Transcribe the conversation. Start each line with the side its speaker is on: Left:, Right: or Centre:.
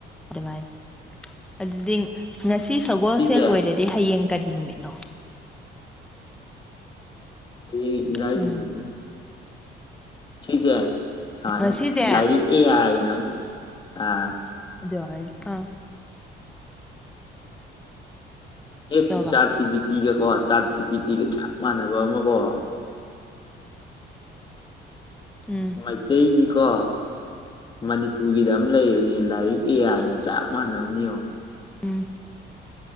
Centre: ꯑꯗꯨꯃꯥꯏꯅ ꯑꯗꯨꯗꯤ ꯉꯁꯤ ꯁꯒꯣꯜꯁꯦꯜ
Left: ꯁꯤꯁꯦ
Centre: ꯑꯣꯏꯔꯦ ꯑꯗꯩ ꯍꯌꯦꯡ ꯀꯔꯤ ꯅꯨꯃꯤꯠꯅꯣ
Left: ꯍꯌꯦꯡ ꯏꯔꯥꯏ
Centre: ꯎꯝ
Left: ꯅꯨꯃꯤꯠꯅꯤ ꯁꯤꯖꯦ ꯁꯃꯥꯏꯅ
Centre: ꯉꯁꯤꯁꯦ
Left: ꯂꯥꯏꯔꯤꯛ ꯑꯦ ꯑꯥꯏꯅ ꯑꯃꯖꯨ ꯑꯥ
Centre: ꯑꯗꯨꯃꯥꯏꯅ ꯑꯥ
Left: ꯑꯦꯁ
Centre: ꯇꯧꯕ
Left: ꯏꯟ ꯆꯥꯔꯠ ꯖꯤ ꯕꯤ ꯇꯤꯒ ꯀꯣ ꯆꯥꯔꯠ ꯖꯤ ꯄꯤ ꯇꯤꯒ ꯆꯞ ꯃꯥꯟꯅꯕ ꯑꯃꯀꯣ
Centre: ꯎꯝ
Left: ꯃꯩꯇꯩꯒꯤꯀꯣ ꯃꯅꯤꯄꯨꯔꯒꯤꯗ ꯑꯃ ꯂꯩꯕꯅꯦ ꯂꯥꯏꯔꯤꯛ ꯑꯦ ꯑꯥꯏꯅ ꯆꯞ ꯃꯥꯟꯅꯕꯅꯤ ꯌꯦꯡꯉꯣ
Centre: ꯎꯝ